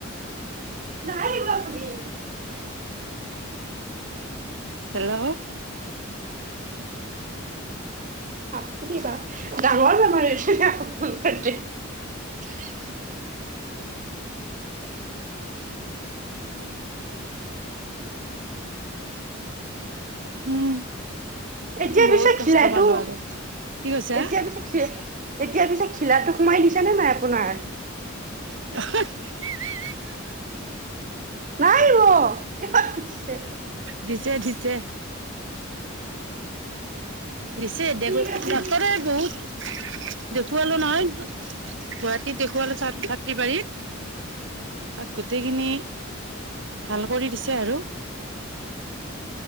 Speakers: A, on the right; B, on the right.
A: নাই কোৱা আপুনি।
B: হেল্ল',
A: আপুনি বা ডাঙৰ বেমাৰ হৈছে নে? আপোনক দে <inaudible>
B: উম
A: এতিয়া
B: বহুত
A: পিছে
B: কষ্ট
A: ঘিলাটো-এতিয়া
B: পালো আৰু কি কৈছা?
A: পিছে খি, এতিয়া পিছে খি ঘিলাটো সোমাই দিছেনে নাই, আপোনাৰ?
B: <unintelligible>
A: <inaudible> নাহাহিব <unintelligible>
B: দিছে- দিছে। দিছে দে
A: ঠিক আছে
B: ডাক্তৰে বহুত দেখুৱালো নহয়। গুৱাহাটীত দেখুৱালো ছা- ছাত্ৰীবাৰীত। তাত গোটেইখিনি ভাল কৰি দিছে আৰু।